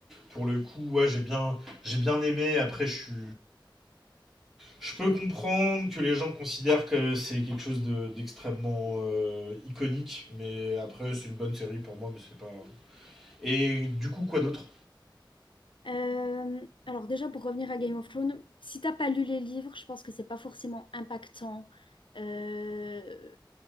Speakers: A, in the centre; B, on the left (about 75°).
A: pour le coup, ouais, j'ai bien, j'ai bien aimé. Après, je suis. Je peux comprendre que les gens considèrent que c'est quelque chose de- d'extrêmement euh, iconique, mais après, c'est une bonne série pour moi, mais c'est pas. Et du coup, quoi d'autre
B: Euh, alors déjà pour revenir à Game of Thrones, si t'as pas lu les livres, je pense que c'est pas forcément impactant euh,